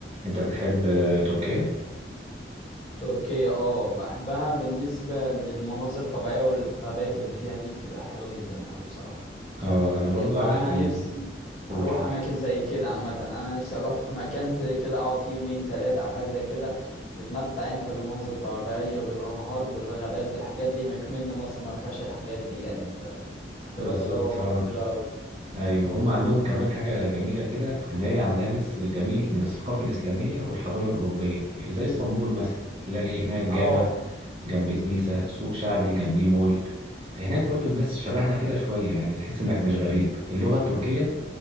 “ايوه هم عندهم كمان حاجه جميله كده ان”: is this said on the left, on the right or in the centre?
Right